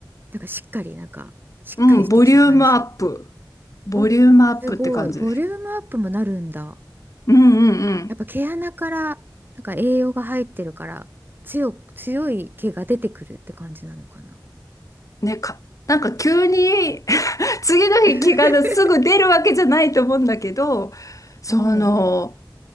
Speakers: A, on the right (about 25°); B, on the left (about 45°).
A: なんかしっかり、なんかしっかりしてきた感じ。
B: うん、ボリュームアップ。ボリュームアップって感じです。
A: お、すごい。ボリュームアップもなるんだ。
B: うんうんうん。
A: やっぱ毛穴からなんか栄養が入ってるから強く、強い毛が出てくるって感じなのかな。
B: ね、か、なんか急に <laughs> 次の日気がすぐ出るわけじゃないと思うんだけど、
A: <laughs>
B: その、
A: うん、